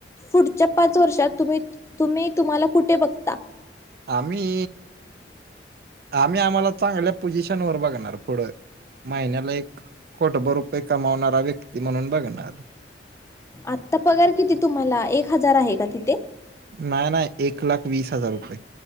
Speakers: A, on the left; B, on the right.
A: पुढच्या पाच वर्षात तुम्ही तुम्ही तुम्हाला कुठे बघता?
B: आम्ही आम्ही आम्हाला चांगल्या पोझिशन वर बघणार पुढं. महिन्याला एक कोटबर रुपये कमावणारा व्यक्ती म्हणून बघणार.
A: आत्ता पगार किती तुम्हाला एक हजार आहे का तिथे?
B: नाही नाही. एक लाख वीस हजार रुपये